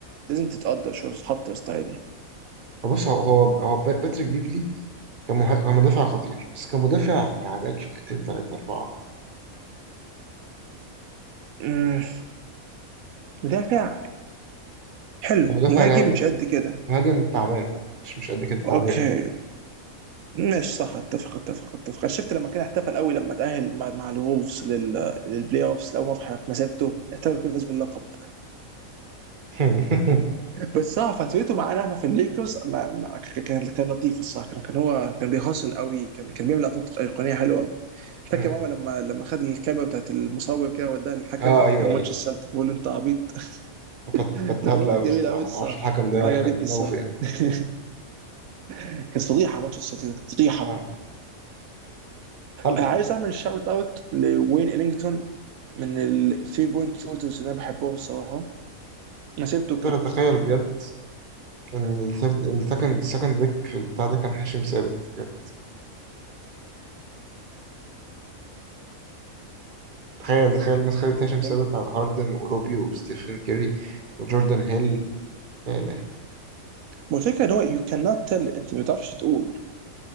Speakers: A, on the right; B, on the right.
A: لازم تتقدر شويه تتحط يا اسطى دي
B: بص هو هو هو باتريك بيفلي كمه- كمدافع خطير بس كمدافع تعبان شويتين تلاتة أربعة
A: أمم، مدافع حلو
B: كمدافع
A: مهاجم
B: لعب
A: مش قد كده
B: مهاجم تعبان مش مش قد كده تعبان
A: اوكي ماشي صح اتفق اتفق اتفق شفت لما كان احتفل قوي لما تاهل مع, مع الولفز لل... للبلاي اوفز لاول مره في مسيرته احتفل كده فاز باللقب
B: <laughs>
A: بس صح فترته معانا احنا في الليكرز ما ما ك- كان كان لطيف الصراحه كان كان هو كان بيهاصل قوي كان كان بيعمل لقطات ايقونيه حلوه
B: مم.
A: فاكر ماما لما لما خد الكاميرا بتاعت المصور كده وداها للحكم
B: اه ايوه
A: كان ماتش
B: ايوه
A: السلتيك بيقول له انت عبيط
B: كانت
A: <laughs>
B: كانت
A: لقطات
B: هبلة أوي
A: جميله
B: الصراحة
A: قوي الصح
B: معرفش الحكم ده
A: عجبتني
B: كان
A: الصح
B: دماغه فين
A: <laughs> كانت فضيحه ماتش السلتيك ده، كانت فضيحه
B: اه حلو
A: عايز
B: فوق
A: اعمل شاوت اوت لوين الينجتون من الثري بوينت شوترز اللي انا بحبهم الصراحه مسيرته كانت
B: أقدر أتخيل بجد إن الثيرد السكند سكند بيك في البتاع ده كان هاشم ثابت بجد تخيل تخيل الناس خدت هاشم
A: <laughs>
B: ثابت على هاردن وروبيو وستيفن كيري وجوردن هيل يا إلهي
A: هو الفكرة ان هو you cannot tell انت ما تعرفش تقول